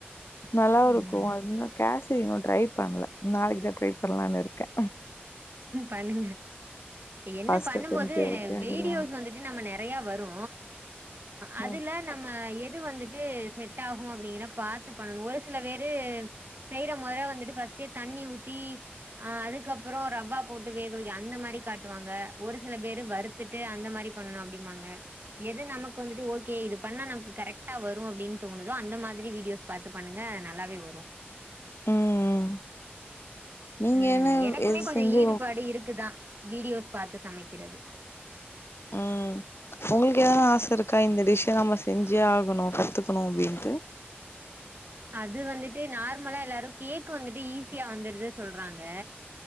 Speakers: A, on the left; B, on the right.
A: நல்லா
B: ம்
A: ஒரு க்கு ஒண்ணு கேசரி இன்னு ட்ரை பண்ல நாளைக்கு தா ட்ரை பண்லான் இருக்கே
B: பண்ணுங்க என்ன
A: ஃபர்ஸ்ட்
B: பண்ணும்போது
A: அட்டம்ப்ட்டே ஓகே ஆகுதா
B: வீடியோஸ் வந்துட்டு நம்ம நெ றையா வரு அதுல
A: ம்
B: நம்ம எ து வந்துட்டு செட் ஆகு அப்டிங்கிற பாத்து பண்ணணு ஒரு சில வேறு செய்ற மொற வந்துட்டு ஃபஸ்ட்டே தண்ணி ஊத்தி ஆ அதுக்கப் அப்புறோ ரவா போட்டு வேக வைக அந்த மாரி காட்டுவாங்க ஒரு சில பேரு வறுத்துட்டு அந்த மாரி பண்ணு அப்டிம்பாங்க அ எது நமக்கு வந்துட்டு ஓகே இது பண்ணா நமக்கு கரெக்டா வரு அப்டின் தோணுதோ அந்த மாதிரி வீடியோஸ் பாத் து பண்ணுங்க நல்லாவே வரு
A: ம் நீங்க
B: ம்
A: என்ன
B: எனக்குமே
A: எது
B: கொஞ்ச
A: செஞ்சு
B: ஈடுபாடு இருக்குதா வீடியோஸ் பாத்து சமைக்கிறது
A: ம் உங்ளுக்கு எதானா ஆச இருக்கா இந்த டிஷ்ஷ நம்ம செஞ்சே ஆகணு கத்துக்குணு அப்டின்ட்டு
B: அது வந்துட்டு நார்மலா எல்லாரு கேக் வந்துட்டு ஈஸியா வந்திருது சொல்றாங்க